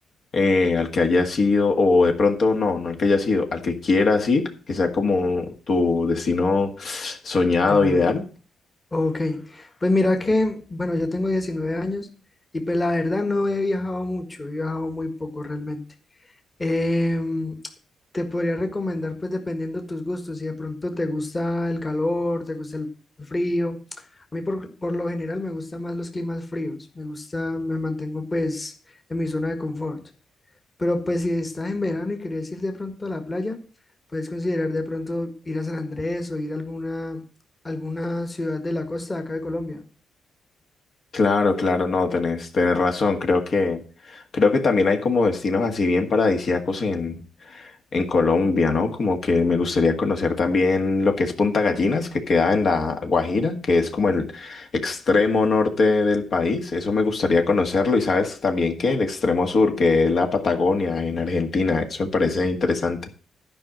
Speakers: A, on the left; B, on the left.
A: eh, al que hayas sido o de pronto no, no al que hayas sido al que quieras ir, que sea como tu destino soñado,
B: Ya,
A: ideal.
B: ok. Pues mira que, bueno, yo tengo 19 años y pues la verdad no he viajado mucho, he viajado muy poco realmente. Em, te podría recomendar pues dependiendo de tus gustos, si de pronto te gusta el calor, te gusta el frío. A mí por, por lo general me gustan más los climas fríos, me gusta, me mantengo pues en mi zona de confort. Pero pues si estás en verano y querés ir de pronto a la playa, puedes considerar de pronto ir a San Andrés o ir a alguna, alguna ciudad de la costa de acá de Colombia.
A: Claro, claro, no, tenés, tenés razón. Creo que, creo que también hay como destinos así bien paradisíacos en, en Colombia, ¿no? Como que me gustaría conocer también lo que es Punta Gallinas, que queda en la Guajira, que es como el extremo norte del país. Eso me gustaría conocerlo. Y sabes también que el extremo sur,
B: Mm.
A: que es la Patagonia en Argentina, eso me parece interesante.